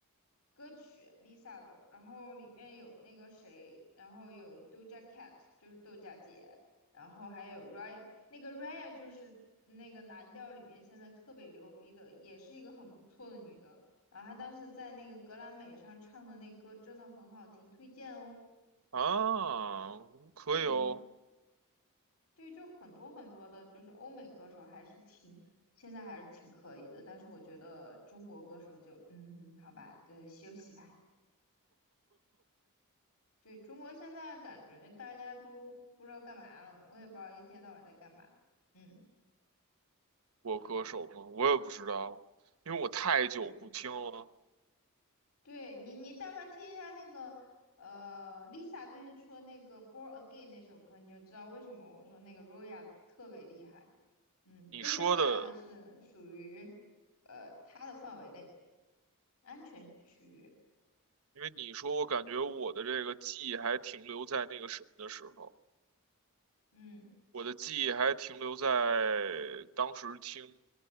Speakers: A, on the left (about 85°); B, on the right (about 70°).
A: 歌曲 Lisa 的，然后里面有那个谁，然后有 Doja Cat，就是豆荚姐，然后还有 Raya，那个 Raya 就是那个蓝调里面现在特别牛逼的，也是一个很不错的女的。然后她当时在那个格莱美上唱的那歌真的很好听，推荐哦。
B: 啊？可以哦，
A: 嗯。对，就很多很多的，就是欧美歌手还是挺，现在还是挺可以的，但是我觉得中国歌手就，嗯，好吧，对，休息吧。对，中国现在感觉大家都不知道干嘛了，我也不知道一天到晚在干嘛。嗯，
B: 我歌手吗？我也不知道，因为我太久不听了。
A: 对，对你，你但凡听一下那个，呃，Lisa 最近出的那个《Born Again》那首歌，你就知道为什么我说那个 Roya 特别厉害。嗯，Doja
B: 你说的，
A: Cat 是属于，呃，她的范围内，安全区域。
B: 因为你说，我感觉我的这个记忆还停留在那个什么的时候，
A: 嗯
B: 我的记忆还停留在当时听